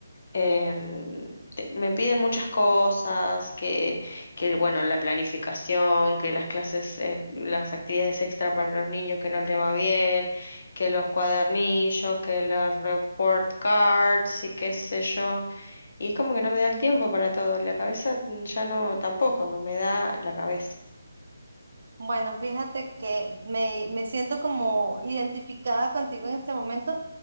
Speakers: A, on the left (about 55°); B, on the right (about 55°).
A: em, te- me piden muchas cosas, que, que bueno, la planificación, que las clases, eh, las actividades extra para los niños que no les va bien, que los cuadernillos, que los report cards y qué sé yo. Y es como que no me da el tiempo para todo. La cabeza mm, ya no, tampoco, no me da la cabeza.
B: bueno, fíjate que me, me siento como identificada contigo en este momento.